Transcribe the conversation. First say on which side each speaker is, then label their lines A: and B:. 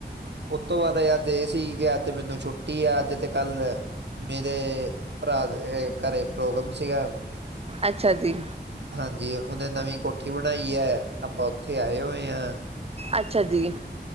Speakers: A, on the right; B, on the right.
A: ਉਸਤ ਤੋਂ ਬਾਅਦ ਅੱਜ ਇਹ ਸੀ ਕਿ ਅੱਜ ਮੈਨੂੰ ਛੁੱਟੀ ਆ, ਅੱਜ ਤੇ ਕੱਲ ਮੇਰੇ ਭਰਾ ਦੇ ਘਰੇ ਪ੍ਰੋਗਰਾਮ ਸੀਗਾ।
B: ਅੱਛਾ ਜੀ।
A: ਹਾਂਜੀ ਉਹ ਨੇ ਨਵੀਂ ਕੋਠੀ ਬਣਾਈ ਹੈ, ਆਪਾਂ ਉੱਥੇ ਆਏ ਹੋਏ ਆਂ।
B: ਅੱਛਾ ਜੀ।